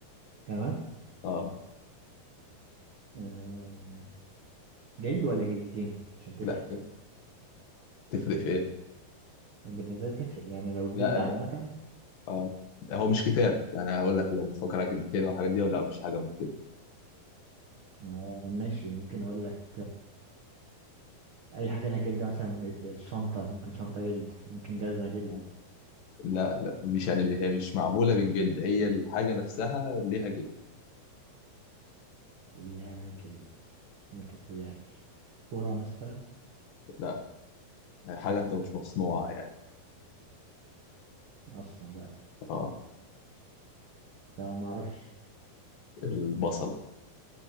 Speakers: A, on the right; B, on the left.
A: جماد
B: اه
A: آه. جلد ولا جلدتين عشان تفرق
B: لا تفرق في ايه؟
A: بالنسبة لي تفرق يعني لو
B: لا
A: جلد عامة
B: اه آه. هو مش كتاب يعني هقول لك لو بتفكر على جلدتين او الحاجات دي ولا مش حاجة من كده
A: ما- ماشي ممكن اقول لك اي حاجه لها جلد مثلا ال- الشنطه ممكن شنطه جلد ممكن جزمه جلد
B: آه. لا لا مش يعني هي مش معمولة من جلد هي الحاجة نفسها ليها جلد
A: ليها جلد ممكن توجعش كوره مثلا
B: لا هي حاجة انت مش مصنوعة يعني
A: اصلا بقى
B: اه
A: لا ما اعرفش
B: البصلة